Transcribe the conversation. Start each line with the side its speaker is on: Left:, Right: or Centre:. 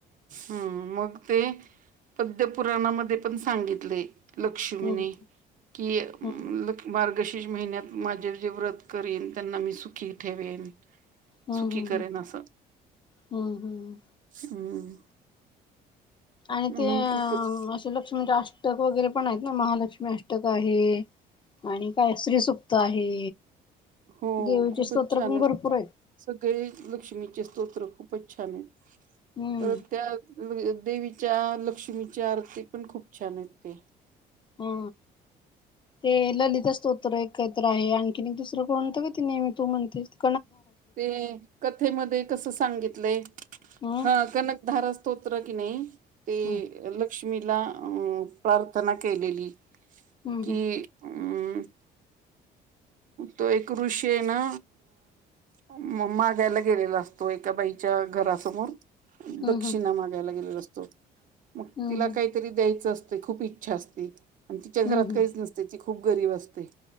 Right: हम्म मग ते पद्यपुराणामध्ये पण सांगितले. लक्ष्मीनी
Left: हम्म
Right: कि <unintelligible>
Left: हम्म
Right: मार्गशी <unintelligible> महिन्यात माझे जे व्रत करेन त्यांना मी सुखी ठेवेन.
Left: हम्म
Right: सुखी
Left: हम्म
Right: करेन
Left: हम्म
Right: असं
Left: हम्म हम्म
Right: हम्म
Left: आणि
Right: म्हणून
Left: ते अ
Right: खूपच
Left: असे लक्ष म्हणजे अस् अष्टक वगैरे पण आहेत ना महालक्ष्मी अष्टक आहे. आणि काय श्रीसुप्त आहे.
Right: हो
Left: देवीचे
Right: खूपच
Left: स्तोत्र
Right: छान
Left: पण
Right: आहेत
Left: भरपूर
Right: सगळे लक्ष्मीचे स्तोत्र खूपच छान आहेत
Left: हम्म
Right: परत त्या देवीच्या लक्ष्मीची आरती पण खूप छान आहेत ते
Left: हा ते ललिता स्तोत्र एक कायतर आहे आणखीन एक दुसरं कोणतं गं ते नेहमी तू म्हणतेस ते
Right: ते कथेमध्ये कसं सांगितलंय
Left: हम्म
Right: हा कणकधारा स्तोत त्र की नाही ते
Left: हम्म
Right: लक्ष्मीला अं प्रार्थना केलेली.
Left: हम्म
Right: की अम तो एक ऋषी आहे ना अ मागायला गेलेला असतो एका बाईकी च्या घरासमोर
Left: हम्म
Right: दक्षिणा
Left: हम्म
Right: मागायला गेलेला असतो मग
Left: हम्म
Right: तिला
Left: हम्म
Right: काहीतरी द्यायचं असत. खूप इच्छा असते आणि तिच्या घरात
Left: हम्म हम्म
Right: काहीच नसते ती खूप गरीब असते